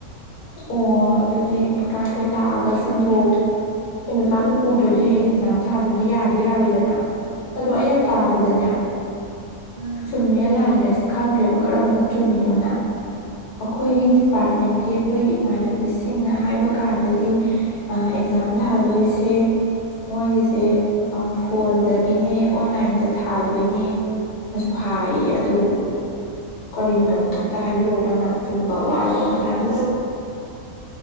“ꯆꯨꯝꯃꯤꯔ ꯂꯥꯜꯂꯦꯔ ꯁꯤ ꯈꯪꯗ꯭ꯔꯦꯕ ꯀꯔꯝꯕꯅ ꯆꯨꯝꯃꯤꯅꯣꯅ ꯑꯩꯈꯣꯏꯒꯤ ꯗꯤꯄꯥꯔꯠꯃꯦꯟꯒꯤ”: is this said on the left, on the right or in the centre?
Left